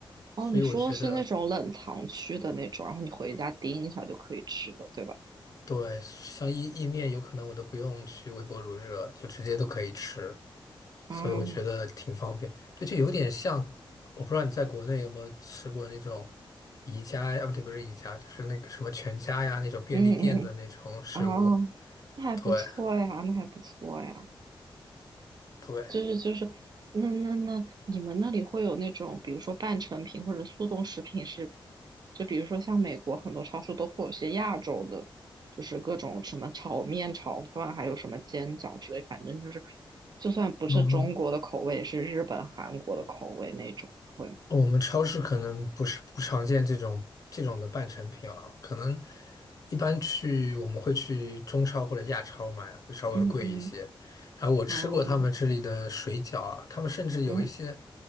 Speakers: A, on the right; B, on the left.
A: 哦，
B: 所以我觉得
A: 你说的是那种冷藏区的那种，然后你回家叮一下就可以吃的，对吧？
B: 对，像意意面有可能我都不用去微波炉热，就直接都可以吃，
A: 嗯
B: 所以我觉得挺方便。对，就有点像，我不知道你在国内有没有吃过那种宜家呀，啊不对，不是宜家，就是那个什么全家呀那种便利店的那种食物。
A: 嗯嗯，嗯哦，那还不错呀，
B: 对
A: 那还不错呀。
B: 对，
A: 就是就是，那那那，你们那里会有那种，比如说半成品或者速冻食品是，就比如说像美国很多超市都会有些亚洲的，就是各种什么炒面、炒饭，还有什么煎饺之类，反正就是，就算不是中国的口味，
B: 嗯，
A: 也是日本、韩国的口味那种，会吗？
B: 我们超市可能不是不常见这种这种的半成品啊，可能一般去我们会去中超或者亚超买，会稍微贵一些。
A: 嗯嗯
B: 然后我吃过他们这里的水饺啊，
A: 嗯
B: 他们甚至有一些
A: 嗯